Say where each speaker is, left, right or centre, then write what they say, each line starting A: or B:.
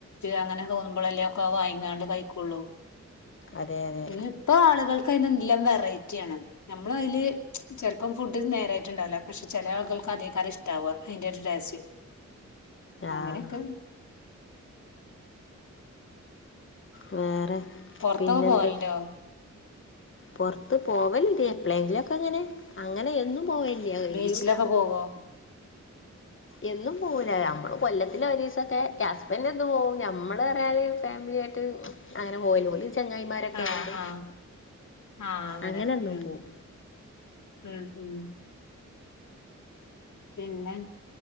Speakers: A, on the left; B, on the left.
A: അങ്ങനെ തോന്നുമ്പോളെല്ലേ ഒക്കെ വാങ്ങിക്കാണ്ട് കഴിക്കൊള്ളൂ
B: അതെ അതെ
A: ഇ ഇപ്പ ആളുകൾക്ക് അതിന് എല്ലാം വെറൈറ്റി ആണ് നമ്മള് അതില് ചിലപ്പം ഫുഡ് നേര ണ്ടാവില്ല പക്ഷെ ചില ആളുകൾക്ക് അദെകാരം ഇഷ്ടാവുക അതിന്റെ ഒരു ടേസ്റ്റ്
B: ആഹ്
A: അങ്ങനെ ഇക്ക്
B: വേറെ
A: പുറത്തൊക്കെ
B: പിന്നെന്തൊക്കെ
A: പോവലുണ്ടോ
B: പുറത്ത് പോവലുണ്ട് എപ്പളെങ്കിലുക്കെ എങ്ങനെ അങ്ങനെയ എന്നും പോയല്യ കയ്ഞ്ഞു
A: ബീച്ചിലൊക്കെ പോവോ
B: എന്നും പോവൂല നമ്മള് കൊല്ലത്തില് ഒരു ദിവസൊക്കെ ഹസ്ബൻ്റ് എന്നും പോവും നമ്മള് പറയാ ഫാമിലി ട്ട് അങ്ങനെ പോല ചെങ്ങായിമാരൊക്കെണ്ട്
A: ആഹ് ആഹ് ആഹ്
B: അങ്ങനെ എന്നും
A: ഉം
B: പോം
A: ഉം ഉം പിന്നെ